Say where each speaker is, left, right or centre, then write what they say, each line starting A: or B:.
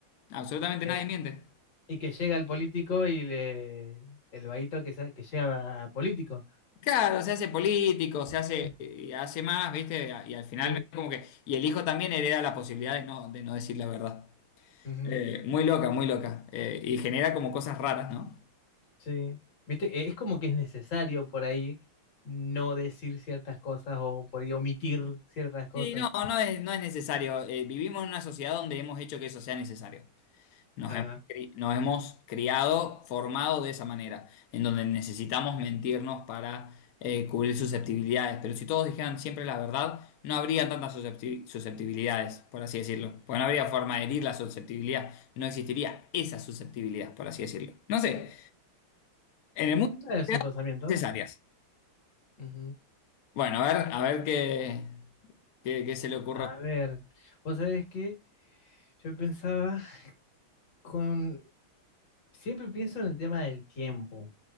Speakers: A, on the left; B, on the left.
A: Absolutamente
B: eh,
A: nadie miente.
B: Y que llega el político y le. El vaguito que, sa- que llega a político.
A: Claro, se hace político, se hace,
B: Sí,
A: eh, hace más, ¿viste? Y al final
B: sí,
A: como que, y el hijo también hereda la posibilidad de no, de no decir la verdad.
B: ujú,
A: Eh, muy loca, muy loca. Eh, y genera como cosas raras, ¿no?
B: sí. ¿Viste? Eh, Es como que es necesario por ahí no decir ciertas cosas o por ahí omitir ciertas cosas.
A: Sí, no, no es, no es necesario. Eh, vivimos en una sociedad donde hemos hecho que eso sea necesario. Nos
B: Ah,
A: hemos, cri- nos hemos criado, formado de esa manera, en donde necesitamos mentirnos para eh, cubrir susceptibilidades. Pero si todos dijeran siempre la verdad, no habría tantas suscepti- susceptibilidades, por así decirlo. Porque no habría forma de herir la susceptibilidad. No existiría esa susceptibilidad, por así decirlo. No sé, en el
B: mm,
A: mundo
B: es
A: hay
B: un pensamiento.
A: necesarias.
B: Ujú.
A: Bueno, a ver, a ver qué, qué, qué se le ocurre.
B: A ver, vos sabés que yo pensaba con. Siempre pienso en el tema del tiempo,